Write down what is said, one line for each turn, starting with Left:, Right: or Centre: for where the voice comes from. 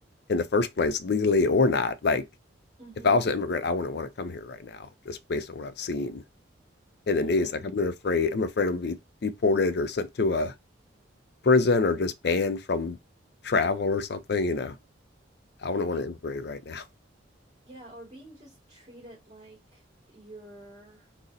Left: in the first place, legally or not. Like,
Right: Mm-hmm.
Left: if I was an immigrant, I wouldn't want to come here right now, just based on what I've seen in
Right: Yeah.
Left: the news. Like, I've been afraid. I'm afraid I'm gonna be deported or sent to a prison or just banned from travel or something, you know, I wouldn't
Right: I think,
Left: want to immigrate right now. <laughs>
Right: yeah, or being just treated like you're